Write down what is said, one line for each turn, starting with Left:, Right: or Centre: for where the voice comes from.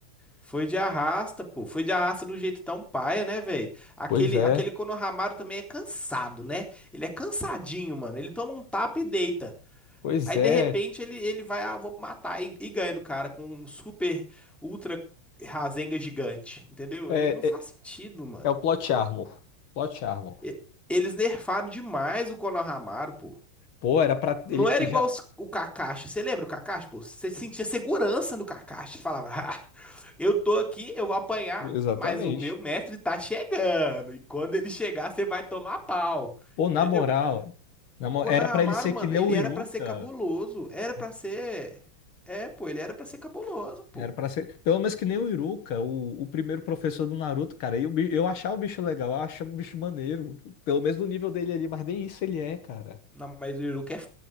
Centre: Foi de arrasta, pô. Foi de arrasta de um jeito tão paia, né, velho? Aquele,
Left: Pois é.
Centre: aquele Konohamaru também é cansado, né? Ele é cansadinho, mano. Ele toma um tapa e deita.
Left: Pois
Centre: Aí,
Left: é.
Centre: de repente, ele, ele vai, ah, vou matar e, e ganha do cara com um super, ultra Rasengan gigante, entendeu?
Left: É,
Centre: Ele não faz
Left: é,
Centre: sentido, mano.
Left: é o Plot Armor. Plot Armor.
Centre: E- Eles nerfaram demais o Konohamaru, pô.
Left: Pô, era pra
Centre: Não
Left: ele
Centre: era
Left: já.
Centre: igual os- o Kakashi. Você lembra o Kakashi, pô? Você sentia segurança no Kakashi. Falava, <laughs> Eu tô aqui, eu vou apanhar,
Left: Exatamente.
Centre: mas o meu mestre tá chegando. E quando ele chegar, você vai tomar pau.
Left: Pô,
Centre: Entendeu?
Left: na moral, na
Centre: O
Left: mo-
Centre: Konohamaru,
Left: era pra ele ser
Centre: mano,
Left: que nem
Centre: ele
Left: o
Centre: era
Left: Iruka.
Centre: pra ser cabuloso. Era pra
Left: Era
Centre: ser. É, pô, ele era pra ser cabuloso, pô.
Left: era pra ser. Pelo menos que nem o Iruka, o, o primeiro professor do Naruto, cara. Eu, eu achava o bicho legal, eu achava o bicho maneiro. Pelo menos no nível dele ali, mas nem isso ele é, cara.
Centre: Não, mas o Iruka é